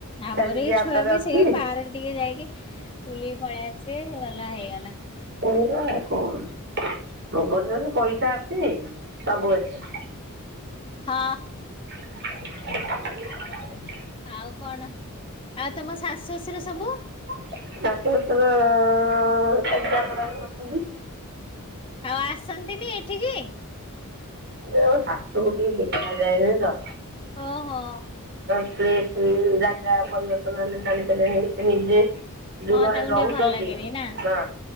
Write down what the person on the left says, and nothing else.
ଆମର
ଏଇ
ଛୁଆ ବି
ସେଇ ପାର୍କ ଟିକେ ଯାଇକି ବୁଲିକି ପଳେଇ ଆସିବେ। ଖୋଲା ହେଇଗଲା।
ହଁ।
ଆଉ କଣ। ଆଉ ତମ ଶାଶୁ ଶଶୁର ସବୁ।
ଆଉ ଆସନ୍ତିନି ଏଠିକି?
ଓ ହୋ।
ହଁ
ତାଙ୍କୁ
ଟିକେ ଭଲ ଲାଗେନି ନା